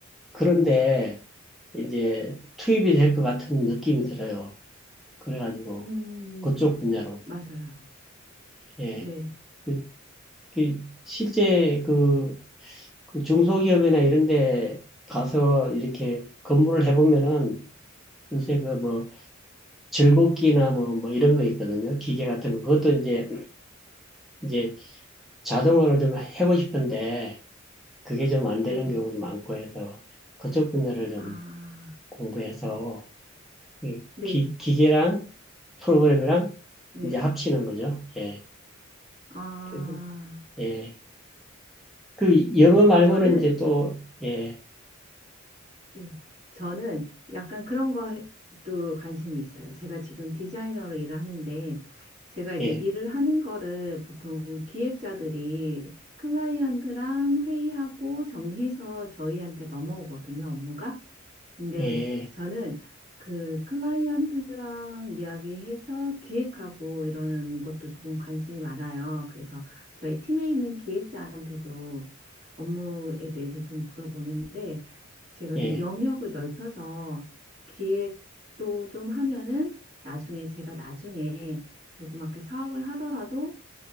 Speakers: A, in the centre; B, on the right (about 35°).
A: 그런데 이제 투입이 될 것 같은 느낌이 들어요. 그래가지고
B: 음,
A: 그쪽 분야로.
B: 맞아요.
A: 예.
B: 네,
A: 그- 그 실제 그 그 중소기업이나 이런 데 가서 이렇게 근무를 해보면은 요새 그 뭐 즐겁기나 뭐, 뭐 이런 거 있거든요. 기계 같은 거. 그것도 이제, 이제 자동화를 좀 하고 싶은데 그게 좀 안 되는
B: 네,
A: 경우도 많고 해서 그쪽 분야를 좀
B: 아,
A: 공부해서 이
B: 네,
A: 기, 기계랑 프로그램이랑
B: 네,
A: 이제 합치는 거죠. 예.
B: 아,
A: 그래서, 예. 그 영어 말고는
B: 저는
A: 이제 또, 예,
B: 네, 저는 약간 그런 것도 관심이 있어요. 제가 지금 디자이너로 일을 하는데, 제가 이제
A: 예,
B: 일을 하는 거를 보통 기획자들이 클라이언트랑 회의하고 정리해서 저희한테 넘어오거든요, 업무가. 근데
A: 예,
B: 저는 그 클라이언트랑 이야기해서 기획하고 이러는 것도 조금 관심이 많아요. 그래서 저희 팀에 있는 기획자한테도 업무에 대해서 좀 물어보는데, 제가
A: 예,
B: 좀 영역을 넓혀서 기획도 좀 하면은 나중에 제가 나중에 조그맣게 사업을 하더라도